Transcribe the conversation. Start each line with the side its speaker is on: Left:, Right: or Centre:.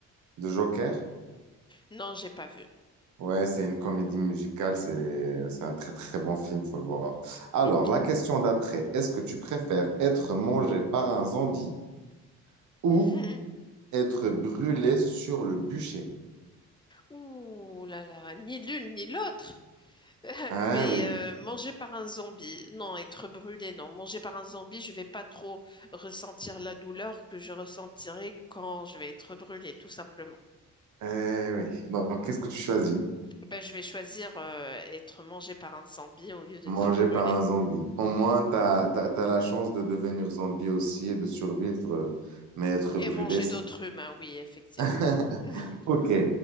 Right: de Joker?
Left: Non, j'ai pas vu.
Right: Ouais, c'est une comédie musicale. C'est, c'est un très, très bon film. Faut le voir. Alors,
Left: Ok.
Right: la question d'après. Est-ce que tu préfères être mangé par un zombie ou
Left: <laughs>
Right: Être brûlé sur le bûcher.
Left: Ouh là là, ni l'une ni l'autre. <laughs>
Right: Ah
Left: Mais
Right: oui,
Left: euh, manger par un zombie, non, être brûlé, non. Manger par un zombie, je vais pas trop ressentir la douleur que je ressentirai quand je vais être brûlé, tout simplement.
Right: eh oui. Donc, qu'est-ce que tu choisis?
Left: Ben, je vais choisir euh, être mangé par un zombie au lieu d'être
Right: Manger
Left: brûlé.
Right: par un zombie. Au moins, tu as, la chance de devenir zombie aussi et de survivre, euh, mais être
Left: Et
Right: brûlé,
Left: manger
Right: c'est...
Left: d'autres humains, oui, effectivement.
Right: <laughs>
Left: <laughs>
Right: Ok.